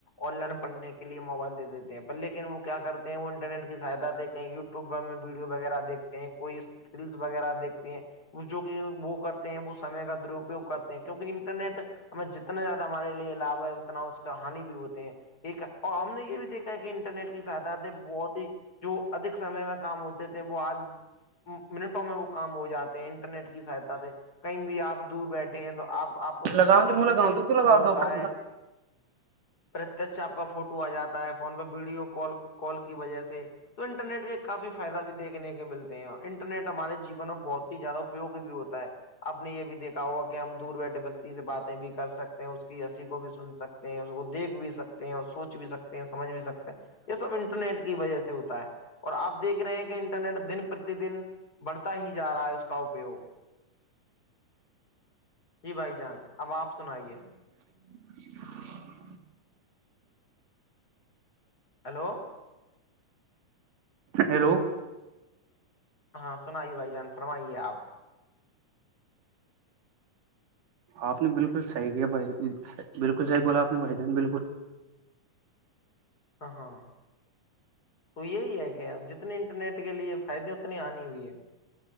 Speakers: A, on the left; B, on the right.
A: آن لائن پڑھنے کے لیے موبائل د دیتے ہیں پر لیکن وہ کیا کرتے ہیں وہ انٹرنیٹ کی سہاتا دیں کہیں یوب <unintelligible> وب ویڈیو وغیرہ دیکھتے ہیں کوئی ریلس وغیرہ دیکھتے ہیں جو کہ وہ کرتے ہیں وہ سمے کا درپیوگ کرتے ہیں کیونکہ انٹرنیٹ ہمیں جتنا زیادہ ہمارے لیے لابھ ہے اتنا اس کا ہانی بھی ہوتے ہیں ایک ہے اور ہم نے یہ بھی دیکھا ہے کہ انٹرنیٹ کی ساتھات بہت ہی جو ادھک سمے میں کام ہوتے تھے وہ آج منٹوں میں وہ کام ہو جاتے ہیں انٹرنیٹ کی سہایتا تھے کہیں بھی آپ دور بیٹھے ہیں تو آپ آپ کو جو
B: لگاؤ ت
A: پرتچ
B: م لگاؤں تو لگاؤ
A: وہ ہوتا
B: ڈاکٹر
A: ہے پرتچ آپ کا فوٹو آ جاتا ہے فون پہ ویڈیو کال کال کی وجہ سے تو انٹرنیٹ کے کافی فائد بھی دیکنے کے ملتے ہیں اور انٹرنیٹ ہمارے جیون میں بہت ہی زیادہ اپپوگ بھی ہوتا ہے آپ نے یہ بھی دیکھا ہوا کہ ہم دور بیٹھے ویکتی سے باتیں بھی کر سکتے اس کی رسی کو بھی سن سکتے ہیں اس کو دیکھ بھی سکتے ہیں اور سوچ بھی سکتے ہیں سمجھ بھی سکتے یہ سب انٹرنیٹ کی وجہ سے ہوتا ہے اور آپ دیکھ رہے ہیں کہ انٹرنیٹ دن پرتی دن بڑھتا ہی جا رہا ہے اس کا اپوگ <unintelligible> جی بھائی جان اب آپ سنائیے
B: <inaudible>
A: ہیلو
B: ہیلو
A: ہاں سنائیے بھائی جان فرمائیے آپ
B: آپ نے بالکل صحیح کیا بھائی جان بالکل صحیح بولا آپ نے بھائی جان بالکل
A: ہاں ہاں تو یہی ہے کہ جتنے انٹرنیٹ کے لیے فائدے اپنی آنی بھیئی ہے <unintelligible>